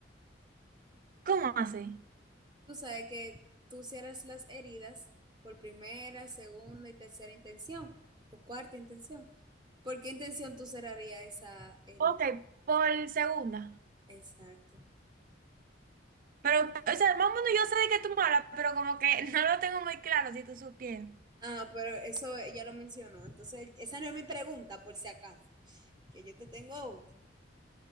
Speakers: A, on the right; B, on the right.
A: ¿Cómo así?
B: Tú sabes que tú cierras las heridas por primera, segunda y tercera intención, o cuarta intención. ¿Por qué intención tú cerrarías esa herida?
A: Ok, por segunda.
B: Exacto.
A: Pero, o sea, más o menos yo sé de qué tú me hablas, pero como que <laughs> no lo tengo muy claro si tú supieras.
B: Ah, pero eso ya lo mencionó. Entonces, esa no es mi pregunta, por si acaso, que yo te tengo otra.